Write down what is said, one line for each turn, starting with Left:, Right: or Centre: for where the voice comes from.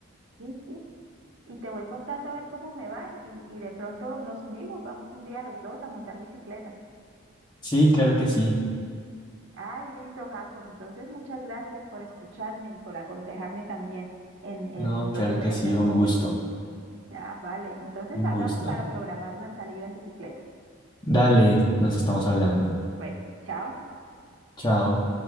Right: sí, sí. Y te voy contando a ver cómo me va y, y de pronto nos unimos, vamos un día los dos a montar bicicleta.
Left: Sí, claro que sí.
Right: Ay, listo, Jacob. Entonces, muchas gracias por escucharme y por aconsejarme también en, en
Left: No, claro
Right: los diferentes
Left: que sí, un
Right: hobbies.
Left: gusto,
Right: Ah, vale. Entonces,
Left: un
Right: hablamos
Left: gusto.
Right: para programar una salida en bicicleta.
Left: Dale, nos estamos hablando.
Right: Bueno, chao.
Left: Chao.